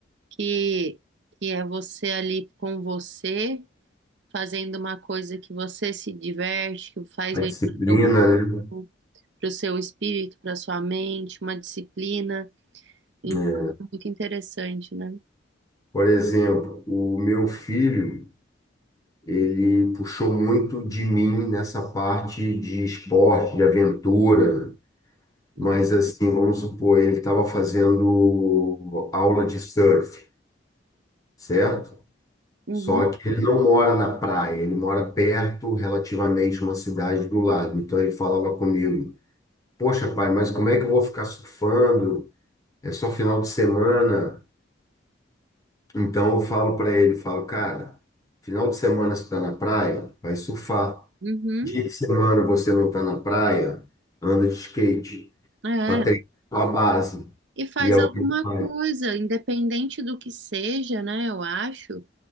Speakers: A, on the right; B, on the left.
A: que, que é você ali com você, fazendo uma coisa que você se diverte, que faz
B: A
A: bem
B: disciplina,
A: para o seu corpo,
B: né?
A: para o seu espírito, para a sua mente, uma disciplina. Então,
B: É.
A: é muito interessante, né?
B: Por exemplo, o meu filho, ele puxou muito de mim nessa parte de esporte, de aventura,
A: Uhum,
B: mas assim, vamos supor, ele estava fazendo aula de surf, certo?
A: uhum.
B: Só que ele não mora na praia, ele mora perto, relativamente, uma cidade do lado. Então ele falava comigo: Poxa, pai, mas como é que eu vou ficar surfando? É só final de semana. Então eu falo para ele, falo, cara, final de semana você está na praia, vai surfar.
A: Uhum.
B: Dia de semana você não está na praia, anda de skate
A: É,
B: para treinar a base.
A: E faz
B: E é o
A: alguma
B: que ele faz.
A: coisa, independente do que seja, né? Eu acho,